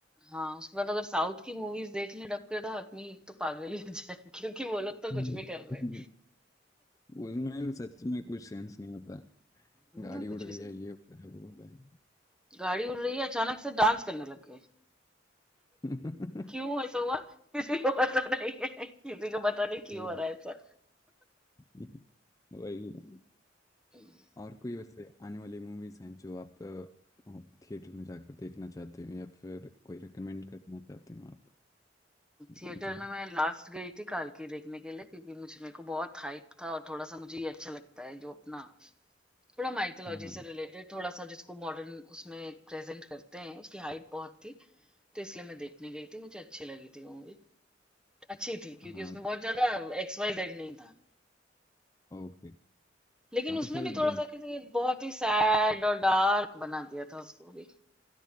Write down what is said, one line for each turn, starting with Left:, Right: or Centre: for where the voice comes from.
Centre: हाँ उसके बाद अगर साउथ की मूवीज देख लें डब के तो आदमी तो पागल ही हो जाए <laughs> क्योंकि वो लोग तो
Left: हम्म।
Centre: कुछ भी कर रहे हैं
Left: उसमें सच में कुछ सेंस नहीं होता
Centre: हम्म,
Left: गाड़ी
Centre: कुछ
Left: उड़ रही
Centre: भी समझे
Left: है ये हो रहा है वो हो रहा है
Centre: गाड़ी उड़ रही है अचानक से डांस करने लग गए
Left: <laughs>
Centre: क्यों ऐसा हुआ <laughs> किसी को पता नहीं है किसी को पता नहीं क्यों
Left: ये हो रहा
Centre: हो रहा है ऐसा
Left: है। वही है।
Centre: हम्म
Left: और कोई वैसे आने वाली मूवीज हैं जो आप थिएटर में जाकर देखना चाहते हो या फिर कोई रिकमेंड करना चाहते हो आप मुझे
Centre: थिएटर में मैं लास्ट गई थी की देखने के लिए क्योंकि मुझे मेरे को बहुत हाइप था और थोड़ा सा मुझे ये अच्छा लगता है जो अपना थोड़ा माइथोलॉजी
Left: हाँ हाँ
Centre: से रिलेटेड थोड़ा सा जिसको मॉडर्न उसमें प्रेजेंट करते हैं उसकी हाइप बहुत थी तो इसलिए मैं देखने गई थी मुझे अच्छी लगी थी वो मूवी अच्छी थी
Left: हाँ
Centre: क्योंकि उसमें बहुत ज्यादा एक्स वाई जेड नहीं था
Left: ओके
Centre: लेकिन
Left: हाँ
Centre: उसमें
Left: तो फिर
Centre: भी थोड़ा
Left: ब्रह्मा
Centre: सा किसी बहुत ही सैड और डार्क बना दिया था उसको भी